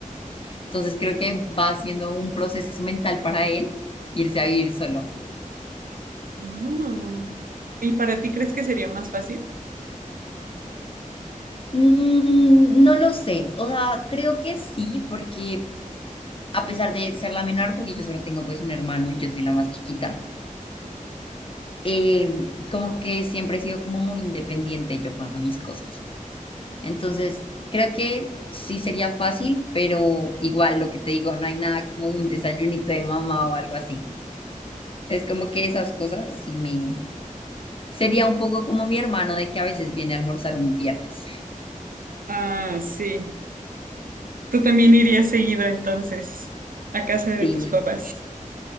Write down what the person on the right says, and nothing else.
Ah, ¿Y para ti crees que sería más fácil?
Ah, sí. Tú también irías seguido entonces a casa de
tus papás.